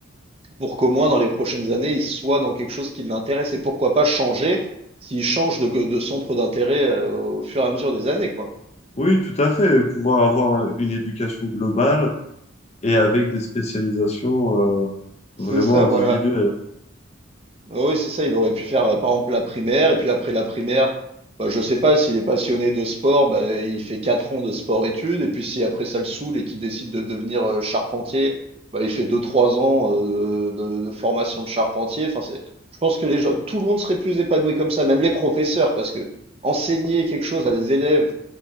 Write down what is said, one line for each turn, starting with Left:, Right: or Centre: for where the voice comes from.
Right: pour qu'au moins dans les prochaines années, il soit dans quelque chose qui l'intéresse et pourquoi pas changer s'il change de, de centre d'intérêt euh, au fur et à mesure des années, quoi.
Left: Oui, tout à fait. et Pouvoir avoir un- une éducation globale et avec des spécialisations, euh,
Right: C'est
Left: vraiment
Right: ça,
Left: individuelles.
Right: voilà. Ah Oui, c'est ça. Il aurait pu faire, euh, par exemple, la primaire et puis après la primaire, bah, je sais pas, s'il est passionné de sport, bah, il fait quatre ans de sport-études et puis si après ça le saoule et qu'il décide de devenir euh, charpentier, bah, il fait deux, trois ans euh, de, de- de formation de charpentier. Enfin, c'est, je pense que les gens, tout le monde serait plus épanoui comme ça, même les professeurs, parce que enseigner quelque chose à des élèves